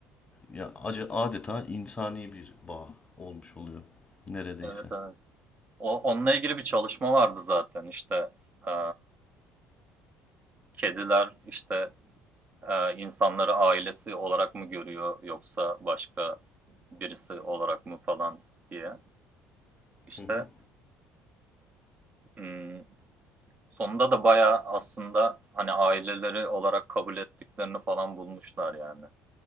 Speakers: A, on the left; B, on the right.
A: Ya acı adeta insani bir bağ olmuş oluyor neredeyse.
B: Evet evet. O, onunla ilgili bir çalışma vardı zaten işte. e, kediler işte e, insanları ailesi olarak mı görüyor yoksa başka birisi olarak mı falan diye. İşte
A: Hı hı.
B: hmm, sonunda da bayağı aslında hani aileleri olarak kabul ettiklerini falan bulmuşlar yani.